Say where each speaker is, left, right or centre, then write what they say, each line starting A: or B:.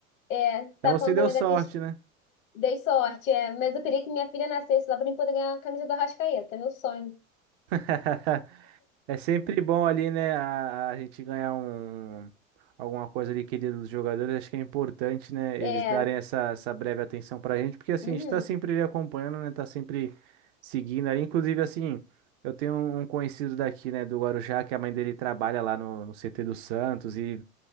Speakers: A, on the left; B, on the right.
A: da, é,
B: Então
A: tá
B: você
A: falando
B: deu
A: também
B: sorte,
A: da questão.
B: né?
A: Dei sorte, é, mas eu queria que minha filha nascesse lá pra mim poder ganhar a camisa do Arrascaeta, meu sonho.
B: <laughs> É sempre bom ali, né, a, a gente ganhar um, um, alguma coisa ali querida dos jogadores. Acho que é importante, né,
A: É,
B: eles darem essa, essa breve atenção pra gente, porque assim,
A: uhum,
B: a gente tá sempre ali acompanhando, né, tá sempre seguindo ali. Inclusive, assim, eu tenho um um conhecido daqui, né, do Guarujá, que a mãe dele trabalha lá no, no CT do Santos e